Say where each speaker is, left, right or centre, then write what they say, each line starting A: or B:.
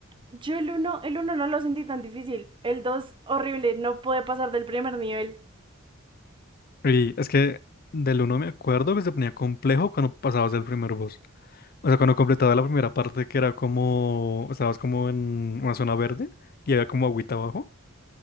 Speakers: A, on the right; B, on the left.
A: Yo el uno, el uno no lo sentí tan difícil. El 2, horrible. No pude pasar del primer nivel.
B: Y es que del uno me acuerdo que se ponía complejo cuando pasabas el primer boss. O sea, cuando completaba la primera parte que era como, estabas como en una zona verde y había como agüita abajo,